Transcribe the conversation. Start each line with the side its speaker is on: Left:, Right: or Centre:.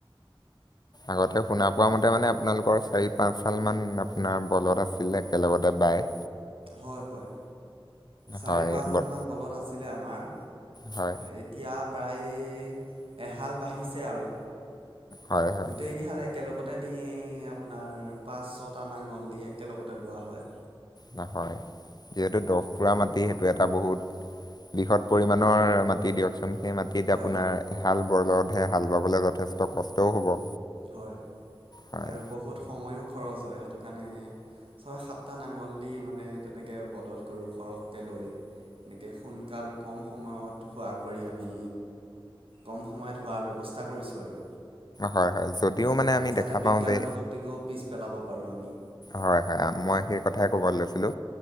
Left: আগতে শুনা পোৱা মতে মানে আপোনালোকৰ চাৰি পাঁচ চাল মান আপোনাৰ বলত আছিলে একেলগতে বাই।
Right: হয় - হয়। চাৰি
Left: হয়
Right: পাঁচ
Left: ব
Right: হাল মান বলত আছিলে আমাৰ,
Left: হয়
Right: এতিয়া প্ৰায় এহাল বাঢ়ি আৰু
Left: হয় হয়
Right: গোট একেলগত ততে দে আপোনাৰ পাঁচ ছটা নাঙল দি একেলগতে বোৱা হয়।
Left: নহয় যিহেতু দহ পুৰা মাটি সেইটো এটা বহুত বৃহৎ পৰিমণৰ মাটি দিয়কচোন। সেই মাটিত
Right: হয়
Left: আপোনাৰ
Right: হয়
Left: হাল বৰলতহে হাল বাবলে যথেষ্ট কষ্টও হব।
Right: হয়।
Left: হয়
Right: আৰু বহুত সময়ো খৰচ হয়। সেইটো কাৰণে ছয় সাতটা নাঙল দি মানে তেনেকৈ বলধ কৰোঁ সৰহকৈ লৈ এনেকে সোনকাল কম সময়ত হোৱা কৰি আমি কম সময়ত হোৱাৰ ব্যৱস্থা কৰিছোঁ আৰু।
Left: হয় হয় যদিও মানে আমি
Right: যাতে
Left: দেখা
Right: বিজ্ঞান
Left: পাওঁ যে
Right: প্ৰযুক্তিকো পিছ পেলাব পাৰোঁ আমি।
Left: হয়-হয় মই সেই কথাই ক'বাত লৈছিলো